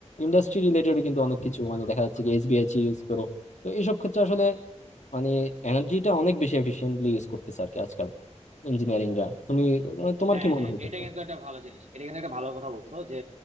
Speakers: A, on the left; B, on the right.
A: ইন্ডাস্ট্রি রিলেটেড কিন্তু অনেক কিছু মানে দেখা যাচ্ছে কি এসবিআইসি ইউজ করো তো এইসব ক্ষেত্রে আসলে মানে এনার্জিটা অনেক বেশি এফিশিয়েন্টলি ইউজ করতেছে আর কি আজকাল ইঞ্জিনিয়ারিংরা তুমি মানে তোমার
B: হ্যাঁ
A: কি মনে
B: হ্যাঁ
A: হয় ক্ষেত্রে
B: এটা কিন্তু একটা ভালো জিনিস এটা কিন্তু একটা ভালো কথা বলছো যে